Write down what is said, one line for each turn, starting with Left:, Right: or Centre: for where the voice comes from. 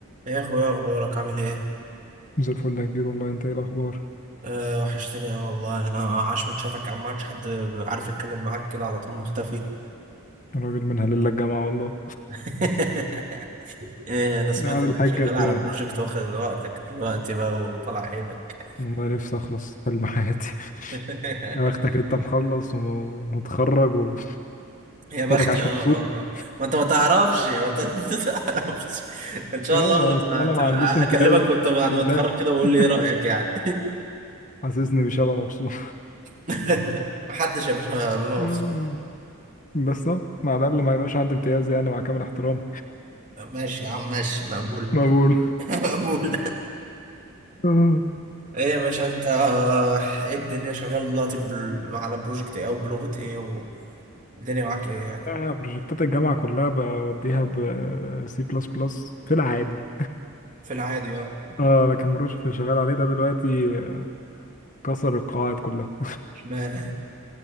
Right: ايه يا اخويا اخبارك عامل ايه
Left: زي الفل يا كبير والله انت ايه الاخبار
Right: أه وحشتني اه والله انا عاش من شافك يا عم ما عادش حد عارف يتكلم معاك كده على طول مختفي
Left: الراجل منها لله الجامعه والله
Right: <laughs> إيه انا سمعت
Left: على
Right: انك
Left: الحاجه
Right: شغال على
Left: اللي
Right: بروجكت واخد وقتك دلوقتي بقى وطلع عينك
Left: والله نفسي اخلص حلم حياتي <laughs>
Right: <laughs>
Left: يا بختك انت مخلص ومتخرج وفتك
Right: يا بختي
Left: عاش
Right: اه اه
Left: مبسوط
Right: اه ما انت ما تعرفش ما انت <laughs> ما تعرفش ان شاء
Left: لا
Right: الله
Left: ما
Right: لما
Left: اصل انا
Right: تبقى
Left: ما عنديش امتياز
Right: اكلمك وانت بعد
Left: الحمد لله
Right: ما تتخرج كده وقول
Left: <laughs>
Right: لي ايه رايك يعني
Left: حاسسني بشبه مبسوط
Right: <laughs> محدش يا باشا بيبقى
Left: آه،
Right: مبسوط
Left: بس اه مع الاقل ما يبقاش عندي امتياز يعني مع كامل احترامي
Right: ماشي يا عم ماشي مقبول
Left: <laughs> مقبول
Right: <laughs> مقبول
Left: آه،
Right: ايه يا باشا انت ايه الدنيا شغال دلوقتي بال- على بروجكت ايه او بلغة ايه والدنيا معاك ايه يعني
Left: آه، بروجكتات الجامعه كلها بوديها ب سي بلس بلس في العادي
Right: في العادي اه
Left: اه لكن البروجكت اللي شغال عليه ده دلوقتي كسر القواعد كلها
Right: اشمعنى